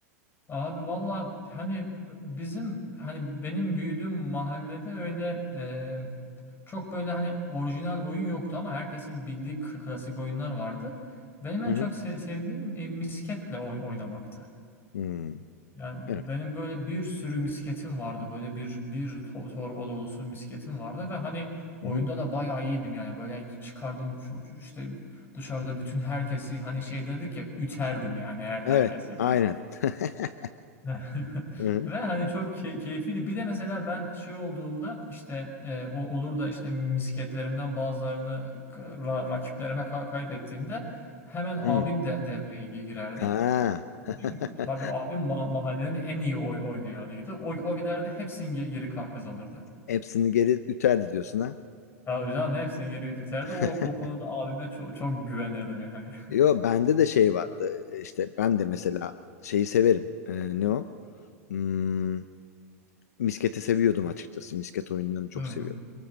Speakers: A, on the left; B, on the left.
A: Abi valla hani bizim hani benim büyüdüğüm mahallede öyle e, çok böyle hani orijinal oyun yoktu ama herkesin bildiği k- klasik oyunlar vardı. Benim en
B: Hı hı.
A: çok se- sevdiğim e, misketle oy- oynamaktı.
B: Hmm.
A: Yani benim
B: Evet.
A: böyle bir sürü misketim vardı. Böyle bir bir to- torba dolusu misketim vardı ve hani oyunda
B: Hı hı.
A: da bayağı iyiydim yani. Böyle çıkardım çocuğu işte dışarıda bütün herkesi hani şey dedik ya üterdim yani her- herkesi.
B: Evet, aynen. <laughs>
A: <laughs>
B: Hı hı.
A: Ve hani çok key- keyifliydi. Bir de mesela ben şey olduğumda işte e, o olur da işte misketlerimden bazılarını k- ra- rakiplerime ka- kaybettiğimde hemen abim
B: Hı.
A: de devreye gi- girerdi.
B: Ha.
A: Abim-
B: <laughs>
A: Tabii abim ma- mahallenin en iyi oy oynayanıydı. O, o giderdi hepsini ge- geri ka- kazanırdı.
B: Hepsini geri üterdi diyorsun ha.
A: Tabii canım hepsini geri iterdi.
B: <laughs>
A: O, o konuda abime çok, çok güvenirdim yani.
B: Yo bende de şey vardı. E, İşte ben de mesela şeyi severim. Ee, ne o? Hmm, misketi seviyordum açıkçası. Misket oyunlarını çok
A: <laughs> Hı hı.
B: seviyordum.